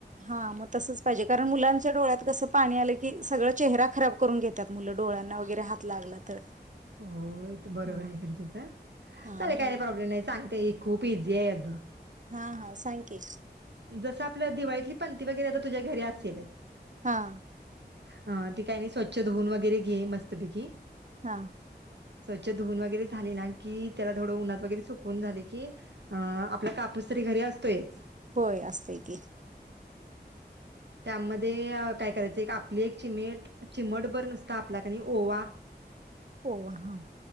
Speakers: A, on the right; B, on the right.
A: हा मग तसंच पाहिजे कारण मुलांच्या डोळ्यात कसं पाणी आलं की सगळ चेहरा खराब करून घेत्यात. मुलं डोळ्यांना वगैरे हात लागला तर.
B: होय ते बरोबर
A: हा
B: आहे खरं तुझं
A: हा
B: चालेल
A: म्हणून
B: काही प्रॉब्लेम नाही सांगते खूप इझी आहे अगं.
A: हा हा सांग की.
B: जसं आपल्या दिवाळीतली पंती वगैरे आता तुझ्या घरी असेलच.
A: हा.
B: हा ते काही नाही स्वच्छ धुऊून वगैरे घे मस्त पैकी. <inaudible>
A: हा
B: स्वच्छ धुवून वगैरे झाले ना की, त्याला थोडं उन्हात वगैरे सुकवून झाले की अं आपला कापूस तरी घरी असतोयच.
A: होय असतं की.
B: त्यामध्ये काय करायचं एक आपली एक चिमेट चिमटभर नुसतं आपला कणी ओवा.
A: <inaudible> ओवा हा.